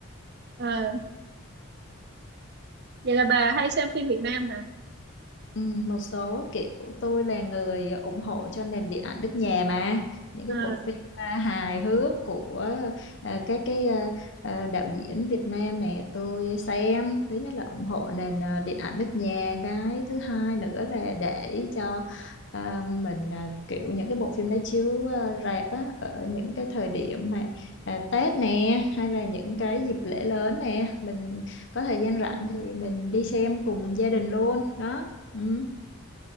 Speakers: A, on the right; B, on the left.
A: à, vậy là bà hay xem phim Việt Nam hả
B: Ừ, một số kiểu tôi là người ủng hộ cho nền điện ảnh nước nhà mà những cái
A: à,
B: bộ phim à, hài hước của à, các cái à, à, đạo diễn Việt Nam này tôi xem thứ nhất là ủng hộ nền à, điện ảnh nước nhà cái thứ hai nữa là để cho à, mình à, kiểu những cái bộ phim đó chiếu à, rạp á, ở những cái thời điểm mà à, Tết nè hay là những cái dịp lễ lớn nè mình có thời gian rảnh
A: à, ừ.
B: thì mình đi xem cùng gia đình luôn đó Ừ.